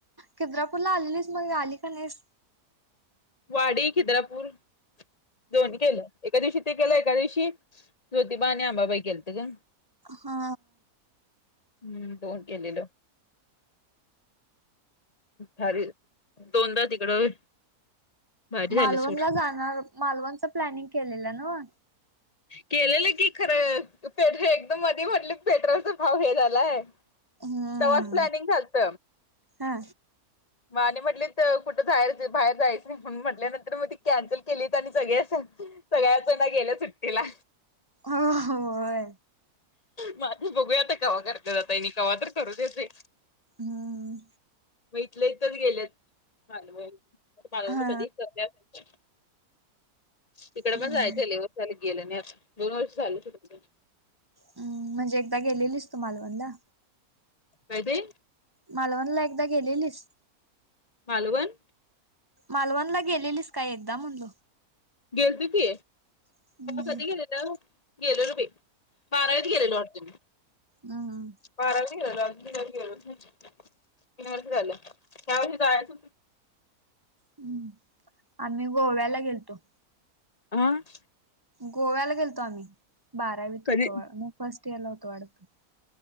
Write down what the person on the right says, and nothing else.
खि द्रापूरला आलेलीस मग आली का नाहीस
हा
मालवणला
जाणार मालवणच प्लॅनिंग केलेलं ना
हम्म
हा
हो होय
हम्म
हा
हम्म
हम्म म्हणजे एकदा गेलेलीच तुमलवणला.
मालवणला एकदा गेलेली स
मालवणला गेलेलीस काय एकदा म्हणलो
हम्म
हम्म
हम्म आम्ही गोव्याला गेलतो.
गोव्याला गेलतो आम्ही बारावीत
होतो मग फर्स्ट इयर ला होतो वाढतो.